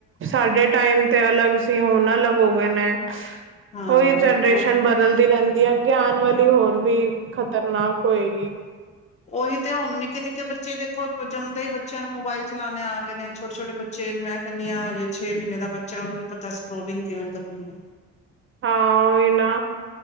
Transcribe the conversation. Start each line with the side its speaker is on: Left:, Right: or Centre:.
Right: ਸਾਡੇ ਟਾਈਮ ਤੇ ਅਲੱਗ ਸੀ ਹੁਣ ਅਲੱਗ ਹੋ ਗਏ ਨੇ।
Left: <inaudible> ਹਾਂ
Right: ਉਹੀ ਜਨਰੇਸ਼ਨ
Left: ਉਹ
Right: ਬਦਲਦੀ ਰਹਿੰਦੀ ਹੈ ਅੱਗੇ ਆਉਣ ਵਾਲੀ ਹੋਰ ਵੀ। ਖ਼ਤਰਨਾਕ ਹੋਏਗੀ।
Left: ਉਹੀ ਤੇ ਹੁਣ ਨਿੱਕੇ ਨਿੱਕੇ ਬੱਚੇ ਦੇਖੋ ਜੰਮਦੇ ਹੀ ਬੱਚਿਆਂ ਨੂੰ ਮੋਬਾਇਲ ਚਲਾਣੇ ਆ ਗਏ ਨੇ ਛੋਟੇ ਛੋਟੇ ਬੱਚੇ ਨੂੰ। ਕਨੀਆਂ ਹਜੇ ਛੇ ਮਹੀਨੇ ਦਾ ਬੱਚਾ ਉਹਨੂੰ ਵੀ ਪਤਾ ਸਕੋਲਿੰਗ ਕਿਵੇਂ ਕਰਨੀ ਹੈ।
Right: ਹਾਂ ਹੀ ਨਾ।